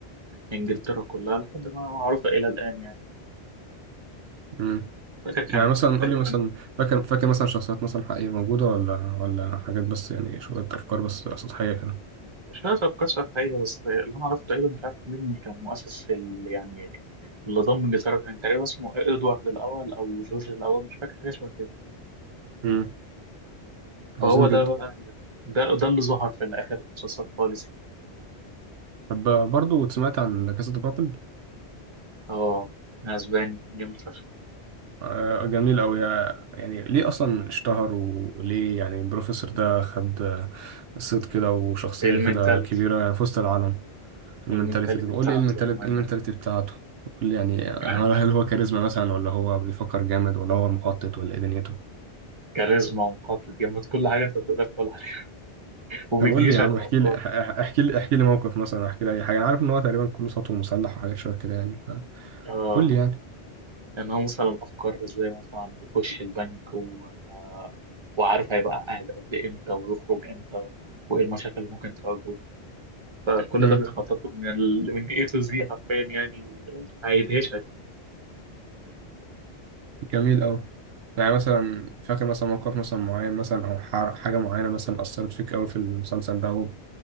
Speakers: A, on the right; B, on the right.
A: إنجلترا كلها لحد ما معروفة إلى الآن يعني
B: امم
A: فاكر كان
B: يعني مثلا
A: تقريبا
B: قول لي مثلا فاكر فاكر مثلا شخصيات مثلا حقيقية موجودة ولا ولا حاجات بس يعني شوية أفكار بس سطحية كده
A: مش فاكر أفكار شافعية بس اللي أنا عرفته تقريبا مش عارف مين كان مؤسس ال- يعني اللي ضم إنجلترا كان تقريبا اسمه إدوارد الأول أو جورج الأول مش فاكر حاجة شبه كده
B: امم
A: فهو
B: عظيم
A: ده
B: جدا
A: بقى ده ده اللي ظهر في الآخر المسلسل خالص
B: طب برضه سمعت عن لا كاسا دي بابل
A: اه أسباني جامد فشخ
B: آه، جميل أوي آه، يعني ليه أصلا اشتهر وليه يعني البروفيسور ده خد آه، صيت كده وشخصية
A: المنتاليتي
B: كده كبيرة يعني في وسط العالم المنتاليتي
A: المنتاليتي
B: طب
A: بتاعته
B: قول لي إيه المنتاليتي إيه المنتاليتي
A: يعني
B: بتاعته قول لي يعني يعني
A: يعني
B: هل هل هو كاريزما مثلا ولا هو بيفكر جامد ولا هو مخطط ولا إيه دنيته
A: كاريزما ومحطة جامد كل حاجة أنت تقدر تقول عليها وبيدهشك
B: طب قول لي يا عم
A: بأفكاره
B: احكي لي اح- احكي لي احكي لي موقف مثلا احكي لي اي حاجه انا عارف ان هو تقريبا كله سطو مسلح وحاجات شويه كده يعني
A: اه
B: فقول لي يعني
A: ان هو مثلا افكار زي مثلا يخش البنك و... وعارف هيبقى قاعد قد إيه امتى ويخرج امتى وايه المشاكل اللي ممكن تواجهه فكل
B: امم
A: ده بيخطط له من ال... من A to Z حرفيا يعني هيدهشك
B: جميل أوي يعني مثلا فاكر مثلا موقف مثلا معين مثلا أو ح- حاجة معينة مثلا أثرت فيك أوي في المسلسل ده و-